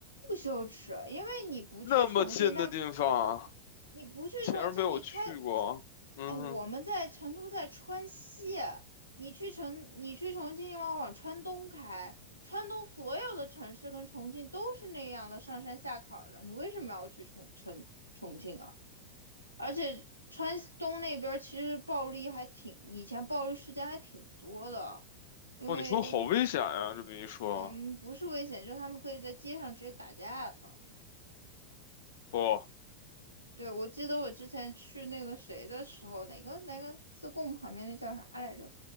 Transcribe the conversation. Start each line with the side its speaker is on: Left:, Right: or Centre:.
Right: 不羞耻，因为你不去重庆，
Left: 那么近的地方，
Right: 他你不去重庆，
Left: 竟然没有去过。
Right: 你开，
Left: 嗯哼，
Right: 哎，我们在成都，在川西，你去成你去重庆，要往川东开，川东所有的城市跟重庆都是那样的上山下坎儿的，你为什么要去重重重庆啊？而且川东那边儿其实暴力还挺，以前暴力事件还挺多的，因为就是
Left: 哦，你说好危险呀、这么一说，
Right: 嗯，不是危险，就是他们可以在街上直接打架的。
Left: 哦，
Right: 对，我记得我之前去那个谁的时候，哪个哪个自贡旁边那叫啥来着？